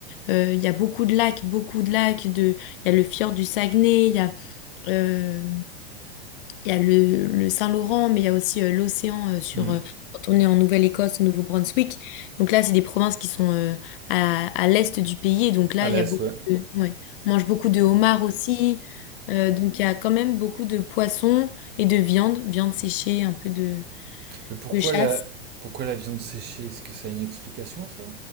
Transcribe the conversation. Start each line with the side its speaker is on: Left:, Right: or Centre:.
Left: euh, il y a beaucoup de lacs, beaucoup de lacs. De, il y a le fjord du Saguenay, il y a, euh, il y a le, le Saint-Laurent, mais il y a aussi euh, l'océan euh, sur
Right: Mhm.
Left: euh, quand on est en Nouvelle-Écosse, au Nouveau-Brunswick. Donc là, c'est des provinces qui sont euh, à, à l'est du pays. Et donc là,
Right: À l'aise,
Left: il y a beaucoup
Right: ouais.
Left: de, ouais, on mange beaucoup de homards aussi. Euh, donc il y a quand même beaucoup de poissons et de viande, viande séchée, un peu de,
Right: Mais pourquoi
Left: de chasse.
Right: la pourquoi la viande séchée? Est-ce que ça a une explication ça?